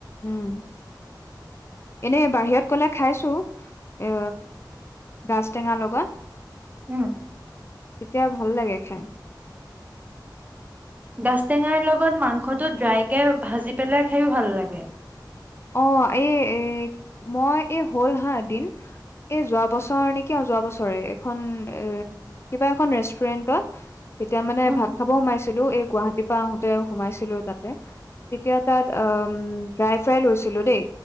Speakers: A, on the left; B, on the right.
A: উম। এনেই বাহিৰত গ'লে খাইছো, এ গাজ টেঙা লগত
B: উম।
A: তেতিয়া ভাল লাগে খায়।
B: গাজ টেঙাৰ লগত মাংসটো ড্ৰাইকে ভাজি পেলাই খায়ো ভাল লাগে।
A: অ, এই এ, মই এই হ'ল হা দিন, এ যোৱা বছৰ নেকি অ যোৱা বছৰে এখন এ কিবা এখন ৰেষ্টুৰেন্টত তেতিয়া মানে
B: উম
A: ভাত খাব সোমাইছোঁ। ছিলো এই গুৱাহাটীৰ পৰা আহোতে সোমাইছিলো তাতে তেতিয়া তাত উম ৰা ফ্ৰাই লৈছিলো দেই।